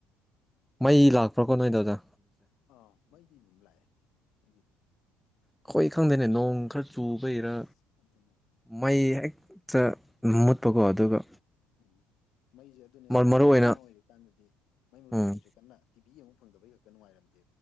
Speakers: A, in the centre; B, on the left.
A: ꯃꯩ ꯂꯥꯛꯄ꯭ꯔꯥꯀꯣ ꯅꯣꯏ ꯑꯗꯣꯗ
B: ꯑꯥ ꯃꯩꯗꯤ ꯑꯗꯨꯝ ꯂꯥꯛꯑꯦ ꯑꯩꯒꯤꯗꯤ
A: ꯑꯩꯈꯣꯏ ꯈꯪꯗꯦꯅꯦ ꯅꯣꯡ ꯈꯔ ꯆꯨꯕꯩꯔ
B: ꯑꯁ ꯑꯗꯨꯅꯦ
A: ꯃꯩ ꯍꯦꯛꯇ ꯃꯨꯠꯄꯀꯣ ꯑꯗꯨꯒ
B: ꯎꯝ ꯃꯩꯁꯦ ꯑꯗꯨꯅꯦ ꯑꯩꯈꯣꯏꯅ
A: ꯃꯔꯨ
B: ꯊꯥꯏꯅ
A: ꯑꯣꯏꯅ
B: ꯑꯉꯥꯡ ꯑꯣꯏꯔꯤꯀꯥꯟꯗꯗꯤ ꯃꯩ ꯃꯨꯕꯁꯦ
A: ꯎꯝ
B: ꯀꯩꯁꯨ ꯀꯟꯅ ꯇꯤꯕꯤ ꯌꯦꯡꯉ ꯐꯪꯗꯩ ꯍꯛꯇ ꯉꯥꯏꯔꯝꯗꯦ